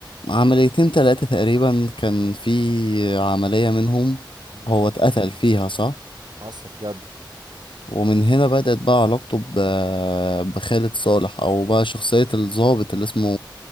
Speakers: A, on the left; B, on the right.
A: عمليتين تلاتة تقريبا كان في عملية منهم
B: مم.
A: هو اتقتل فيها صح
B: حصل جدع
A: ومن هنا بدأت بقى علاقته ب- بخالد صالح أو بقى شخصية الضابط اللي اسمه